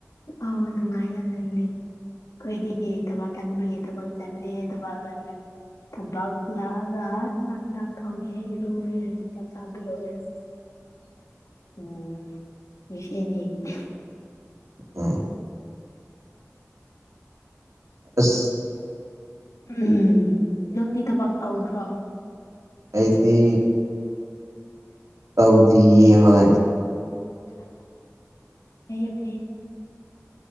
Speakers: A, on the left; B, on the right.
A: ꯑꯥꯎ ꯅꯨꯡꯉꯥꯏꯅ ꯂꯩꯅꯦ ꯑꯈꯣꯏꯗꯤ ꯊꯕꯛ ꯀꯟꯕꯒꯤ ꯊꯕꯛ ꯆꯠꯂꯦ ꯊꯕꯛ ꯆꯠꯂꯦ ꯊꯕꯛ ꯍꯜꯂꯛꯑꯒ ꯆꯥꯛ ꯏꯟꯖꯥꯡ ꯊꯣꯡꯉꯦ ꯏꯔꯨꯔꯦ ꯍꯧꯖꯤꯛ ꯆꯥꯛ ꯆꯥꯕ ꯂꯣꯏꯔꯦ
B: <inaudible>
A: ꯎꯝ ꯃꯤꯡꯁꯦꯟ ꯌꯦꯡꯕꯅꯦ
B: ꯑꫭ ꯑꯁ
A: ꯎꯝ ꯅꯪꯗꯤ ꯊꯕꯛ ꯇꯧꯗ꯭ꯔꯣ
B: ꯑꯩꯗꯤ ꯇꯧꯗꯤꯌꯦ ꯍꯣꯏ
A: ꯑꫭ ꯐꯩꯌꯦ ꯐꯩꯌꯦ